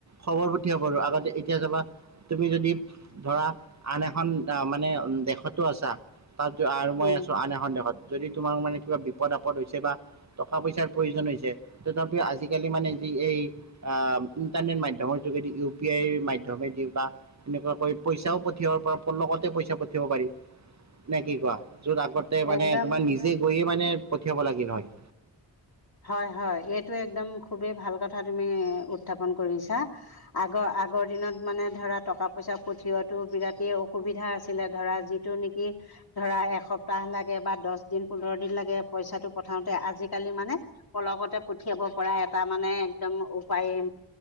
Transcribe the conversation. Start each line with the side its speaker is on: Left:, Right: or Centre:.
Right: খবৰ পঠিয়াব আৰু আগতে এতিয়া চাবা তুমি যদি ধৰা আন এখন মানে দেশতো আছা। তাত আৰু মই
Left: উম
Right: আছোঁ আন এখন দেশত যদি তোমাৰ মানে কিবা বিপদ আপদ হৈছে বা টকা পইচাৰ প্ৰয়োজন হৈছে তথাপিও আজিকালি মানে যি এই আহ' ইণ্টাৰনেট মাধ্যমৰ যোগেদি ইউ পি আইৰ মাধ্যমেদি বা এনেকুৱাকৈ পইচাও পঠিয়াব পৰা পলকতে পইচা পঠিয়াব পাৰি। নে কি কোৱা য'ত আগতে মানে
Left: একদম
Right: তোমাৰ নিজে গৈয়ে মানে পঠিয়াব লাগিল হয়।
Left: হয় হয় এইটো একদম খুবেই ভাল কথা তুমি উত্থাপন কৰিছা। আগৰ আগৰ দিনত মানে ধৰা টকা পইচা পঠিওৱাতো বিৰাটেই অসুবিধা আছিলে ধৰা যি টো নেকি? ধৰা এসপ্তাহ লাগে বা দহ দিন পোন্ধৰ দিন লাগে পইচাটো পঠাওতে আজিকালি মানে পলকতে পঠিয়াব পৰা এটা মানে একদম উপায় এ